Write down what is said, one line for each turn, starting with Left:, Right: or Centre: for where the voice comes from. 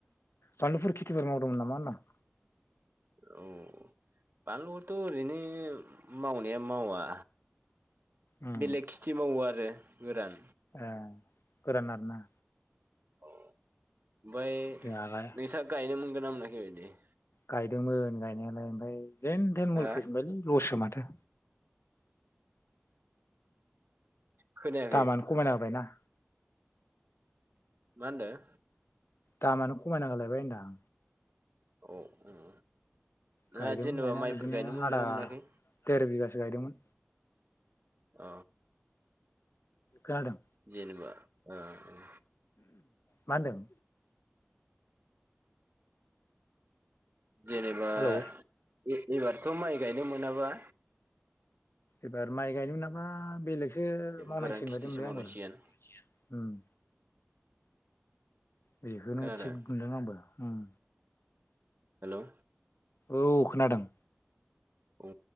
Left: बानलुफोर खेथिफोर मावदोंमोन नामा होनदां?
Right: औ। बानलुखौथ' ओरैनो मावनाया मावा।
Left: उम
Right: बेलेग खेथि मावो आरो गोरान।
Left: ए गोरान आरोना।
Right: औ ओमफाय
Left: जोंहा
Right: नोंसा गायनो मोनगोनना मोनाखै बिदिे?
Left: गायदोंमोन गायनायालाय ओमफ्राय जेन थेन
Right: हा
Left: मुल फैफिनबायलै लससो माथो।
Right: खोनायाखै
Left: दामानो खमायना होबायना।
Right: मा होनदों?
Left: दामानो खमायना होलायबाय होनदां।
Right: औ उम
Left: गायदोंमोन
Right: ना जेनेबा
Left: गायनाया
Right: माइफोर
Left: बिदिनो
Right: गायनो मोनगोन
Left: आदा
Right: ना मोनाखै?
Left: देर बिगासो गायदोंमोन।
Right: अ।
Left: खोनादों?
Right: जेनेबा ओ ओं।
Left: मा होनदों?
Right: जेनेबा
Left: हेलौ
Right: ए-एबारथ' माइ गायनो मोनाबा
Left: एबार माइ गायनो मोनाबा बेलेगसो मावनांसिगोन
Right: गोरान खिथिसो
Left: बायदि मोनबाय
Right: मावनांसिगोन
Left: आंबो। बेखौनो
Right: खोनादों
Left: थिग मोनदों आंबो उम।
Right: हेलौ
Left: औ खोनादों।
Right: ओ